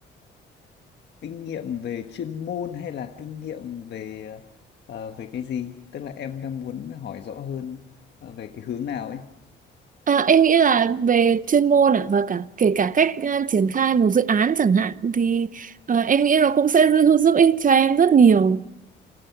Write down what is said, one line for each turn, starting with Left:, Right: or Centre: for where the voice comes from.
Left: Kinh nghiệm về chuyên môn hay là kinh nghiệm về ờ, về cái gì? Tức là em đang muốn hỏi rõ hơn ờ, về cái hướng nào ấy.
Right: À, em nghĩ là về chuyên môn ạ và cả kể cả cách à, triển khai một dự án chẳng hạn thì à, em nghĩ nó cũng sẽ giúp, giúp ích cho em rất nhiều.